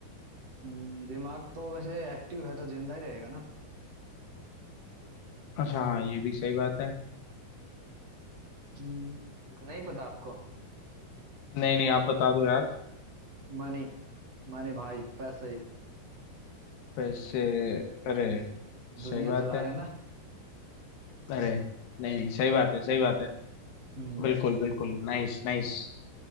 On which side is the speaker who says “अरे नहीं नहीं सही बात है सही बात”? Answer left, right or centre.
Left